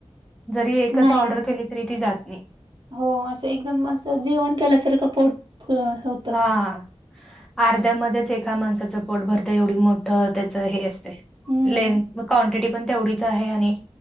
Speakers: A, in the centre; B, on the right (about 45°).
A: जरी एकच
B: नाही.
A: ऑर्डर केली तरी ती जात नाही.
B: हो असं एकदम असं जेवण असं केल्यासारखं पोट होतं.
A: हा अर्ध्यामध्येच एका माणसाचं पोट भरतं एवढी मोठं त्याचं हे अस ते
B: हम्म.
A: लेंथ क्वांटिटी पण तेवढीच आहे आणि